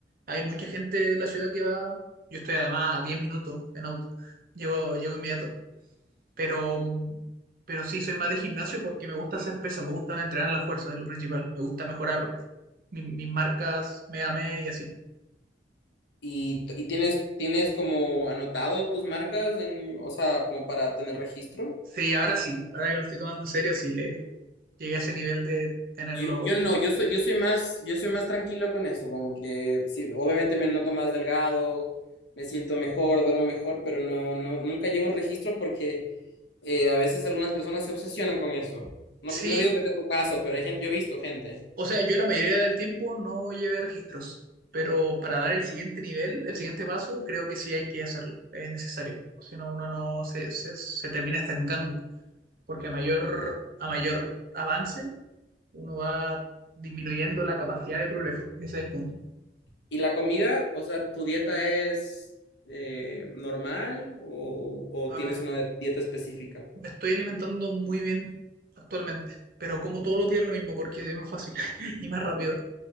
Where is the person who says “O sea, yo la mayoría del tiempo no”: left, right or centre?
Right